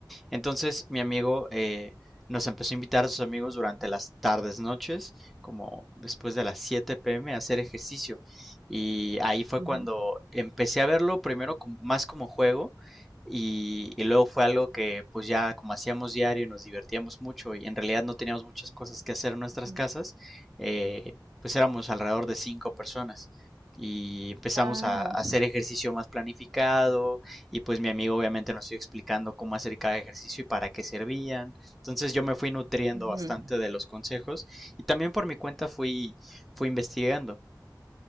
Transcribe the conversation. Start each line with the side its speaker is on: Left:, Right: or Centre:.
Centre: Entonces mi amigo eh, nos empezó a invitar a sus amigos durante las tardes, noches, como después de las 7 pm a hacer ejercicio. Y ahí fue
Right: ujú.
Centre: cuando empecé a verlo primero como, más como juego y, y luego fue algo que pues ya como hacíamos diario y nos divertíamos mucho y en realidad no teníamos muchas cosas que hacer en nuestras
Right: Ujú.
Centre: casas, eh, pues éramos alrededor de cinco personas y empezamos
Right: Ah,
Centre: a, a hacer ejercicio más planificado, y pues mi amigo obviamente nos iba explicando cómo hacer cada ejercicio y para qué servían. Entonces yo me fui nutriendo
Right: ujú.
Centre: bastante de los consejos y también por mi cuenta fui, fui investigando.